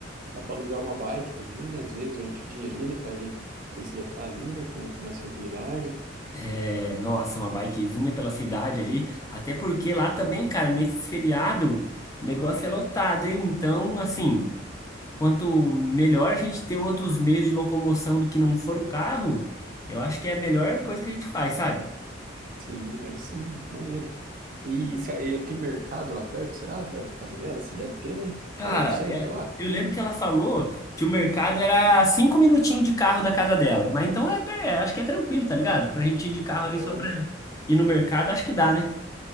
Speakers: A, on the right; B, on the left.
A: dá pra alugar uma bike também, né? Às vezes durante o dia ali, né? Pra ir se deslocar ali, né? Com, com mais tranquilidade.
B: É, nossa, uma bikezinha pela cidade ali. Até porque lá também, cara, nesse feriado, o negócio é lotado, hein? Então, assim. quanto melhor a gente ter outros meios de locomoção do que não for o carro, eu acho que é a melhor coisa que a gente faz, sabe?
A: Sim, aí sim, maneiro. E se, e tem mercado lá perto, será? Da, da casa dela? Sim, deve ter, né?
B: Cara,
A: É no centro
B: é-
A: lá?
B: eu lembro que ela falou que o mercado era cinco minutinhos de carro da casa dela, mas então é, é, acho que é tranquilo, tá ligado? Pra gente ir de carro
A: Ó,
B: aí só pra ir no mercado, acho que dá, né?